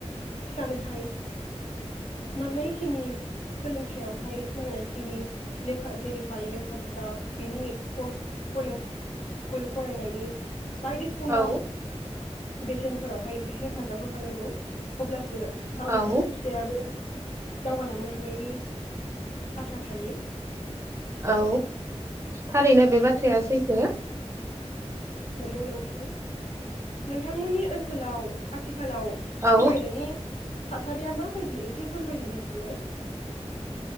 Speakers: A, on the left (about 70°); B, on the right (about 25°).
A: फिसानोहाय नांनायखिनि सोलोंथायाइयावहाय नांनायखिनि लेखा जेरैहाय लेखा बिजाब बिनि कलेज स्कुल फरायनायनि बायदिसिना
B: औ
A: बेसेनफोरावहाय हेफाजाब होफानांगौ अब्लासो गावनि
B: औ
A: सासे फिसायाबो दावगालांनो हानायनि आसा थायो
B: औ थारैनो बे बाथ्राया सैथो।
A: नंगौ नोंथां नोंथांमोननि ओनसोलाव आथिखालाव
B: औ
A: फरायनायनि थासारिया माबायदि एसे फोरमायनानै हरनाय